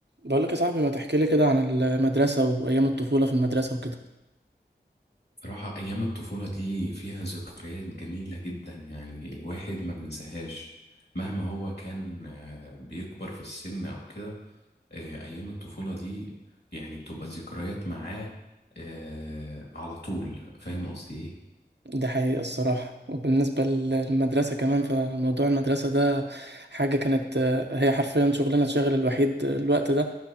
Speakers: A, on the right; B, on the left.
A: بقول لك يا صاحبي ما تحكي لي كده عن المدرسة وأيام الطفولة في المدرسة وكده
B: صراحة أيام الطفولة دي فيها ذكريات جميلة جدا يعني الواحد ما بنساهاش مهما هو كان آه، بيكبر في السن أو كده آه، أيام الطفولة دي يعني بتبقى ذكريات معاه آه، على طول فاهم قصدي إيه؟
A: دي حقيقة الصراحة وبالنسبة للمدرسة كمان فموضوع المدرسة ده حاجة كانت آه، هي حرفيا شغلنا الشاغل الوحيد الوقت ده